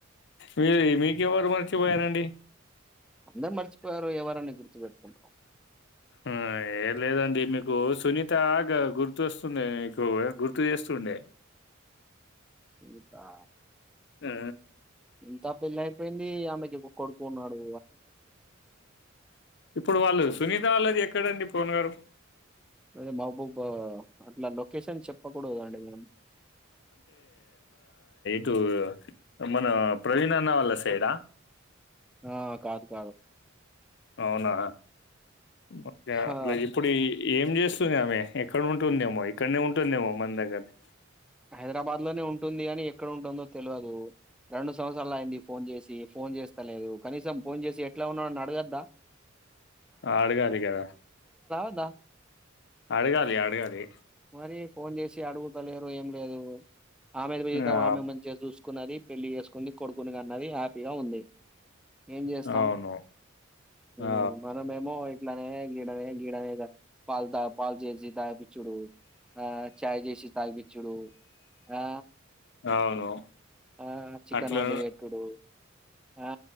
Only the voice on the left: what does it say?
మీరు మీకు ఎవరు మర్చిపోయారంండి
అయి లేదండి మీకు సునీత గా గుర్తోస్తుందే మీకు గుర్తు చేస్తుండే
ఆ
ఇప్పుడు వాళ్ళు సునీత వాళ్ళది ఎక్క క్కడండి పవన్ గారు
టు మన ప్రవీణన్న వాళ్ళ సైడ
అవునా ఒకే
ఇప్పుడు ఏం చేస్త స్తుంది ఆమె ఎక్కడ ఉంటుందేమో ఇక్కడనే ఉంటుందేమో మన దగ్గరనే
అడగాలి కదా
అడగాలి అడగాలి
ఆ
అవును
ఆ
అవును
అట్లా